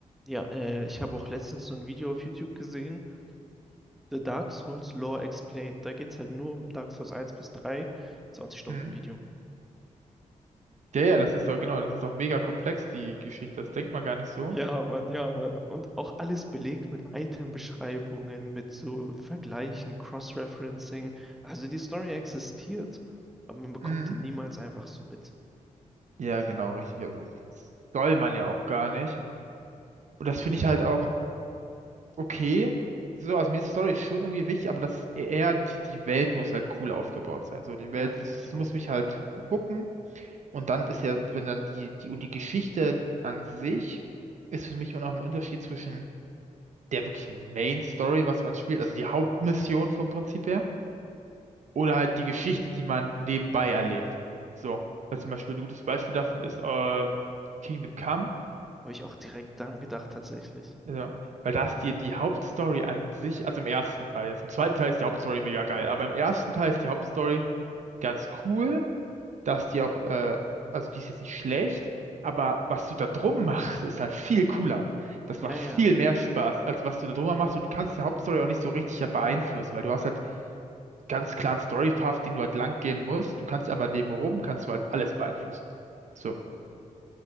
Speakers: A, in the centre; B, on the right.
A: Ja, äh, ich habe auch letztens so ein Video auf YouTube gesehen, The Dark Souls Lore Explained. Da geht es halt nur um Dark Souls 1 bis 3, 20 Stunden
B: Mhm.
A: Video.
B: Ja, ja, das ist doch, genau, das ist doch mega komplex, die Geschichte, das denkt man gar nicht so.
A: Ja, Mann, ja, Mann. Und auch alles belegt mit Item-Beschreibungen, mit so Vergleichen, Cross-Referencing. Also die Story existiert, aber man bekommt
B: Mhm.
A: die niemals einfach so mit.
B: Ja, genau, richtig, also das soll man ja auch gar nicht. Und das
A: Ja,
B: finde ich halt auch okay, so, also mir ist Story schon irgendwie wichtig, aber das e-, eher, die, die Welt muss halt cool aufgebaut sein, so, die
A: ja,
B: Welt,
A: finde
B: das
A: ich
B: muss
A: auch.
B: mich halt hooken. Und dann ist ja, wenn dann die, die, die Geschichte an sich ist für mich immer noch ein Unterschied zwischen der wirklichen Main Story, was man spielt, also die Hauptmission vom Prinzip her, oder halt die Geschichte, die man nebenbei erlebt. So, weil
A: Mhm.
B: zum Beispiel ein gutes Beispiel davon ist ähm, Kingdom Come,
A: Habe ich auch direkt daran gedacht, tatsächlich.
B: ja, weil da ist die, die Hauptstory an sich, also im ersten Teil jetzt, im zweiten Teil ist die Hauptstory mega geil, aber im ersten Teil ist die Hauptstory ganz cool dass die auch, äh, also die ist jetzt nicht schlecht, aber was du da drum machst, ist halt viel cooler. Das
A: Ja,
B: macht viel
A: ja.
B: mehr Spaß, als was du da drüber machst. Und du kannst die Hauptstory auch nicht so richtig ja beeinflussen, weil du hast halt ganz klaren Story-Path, den du halt lang gehen musst. Du kannst aber nebenrum, kannst du halt alles beeinflussen. So,